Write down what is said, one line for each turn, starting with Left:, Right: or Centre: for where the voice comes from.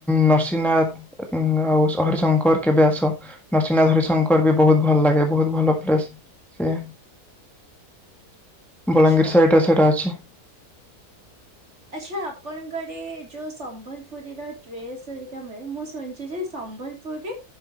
Centre: ନରସିଂନାଥ ଆଉ ହରିଶଙ୍କର କେବେ ଆସ। ନରସିଂନାଥ ହରିଶଙ୍କର ବି ବହୁତ ଭଲ ଲାଗେ ବହୁତ ଭଲ ପ୍ଲେସ ସିଏ। ବଲାଙ୍ଗୀର
Right: ଆଚ୍ଛା
Centre: ସାଇଡ଼ଟା ସେଟା ଅଛି।
Right: ଆଚ୍ଛା ଆପଣଙ୍କ ଆଡେ ଯୋଉ ସମ୍ବଲପୁରୀର ଡ୍ରେସ୍ ହେରିକା ମିଳେ। ମୁଁ ଶୁଣିଛି ଯେ ସମ୍ବଲ କୋଉଠି?